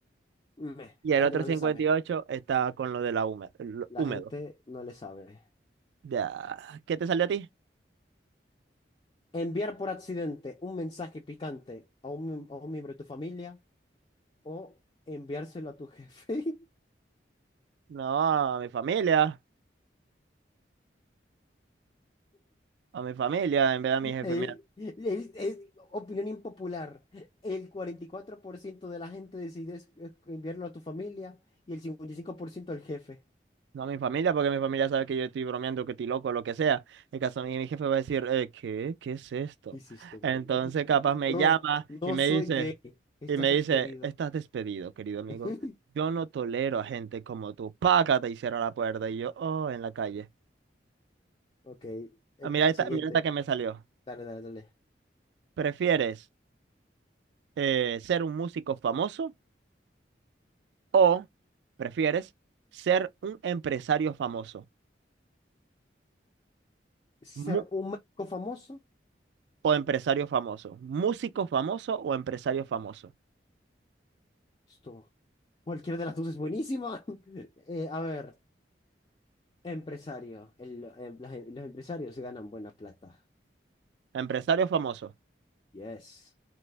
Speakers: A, on the left; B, on the right.
A: Meh,
B: Y el
A: la gente
B: otro
A: no
B: 58%
A: le sabe.
B: está con lo de la húme- lo
A: La
B: húmedo.
A: gente no le sabe.
B: Ya. ¿Qué te salió a ti?
A: Enviar por accidente un mensaje picante a un, miem- a un miembro de tu familia o enviárselo a tu jefe.
B: No, a mi familia. A mi familia, en vez de
A: <laughs>
B: a mi jefe.
A: El- es, es opinión impopular. El 44% de la gente decidió es- es- enviarlo a tu familia y el 55% al jefe.
B: No a mi familia, porque mi familia sabe que yo estoy bromeando, que estoy loco, lo que sea. En caso a mí, mi jefe va a decir, eh, ¿qué? ¿Qué es esto?
A: ¿Qué hiciste, bro?
B: Entonces,
A: <laughs>
B: capaz me
A: Bro,
B: llama
A: no
B: y me
A: soy
B: dice,
A: gay. Estás
B: y me
A: despedido.
B: dice, estás despedido, querido amigo.
A: <laughs>
B: Yo no tolero a gente como tú. Págate y cierra la puerta. Y yo, oh, en la calle.
A: Ok, eh,
B: Ah, mira esta,
A: siguiente.
B: mira esta que me salió.
A: Dale, dale, dale.
B: ¿Prefieres eh, ser un músico famoso o prefieres ser un empresario famoso?
A: Ser
B: Mu-
A: un médico famoso.
B: o empresario famoso. ¿Músico famoso o empresario famoso?
A: Esto. Cualquiera de las dos es buenísima. <laughs> Eh, a ver, empresario. El- em- las- los empresarios ganan buena plata.
B: Empresario famoso
A: Yes.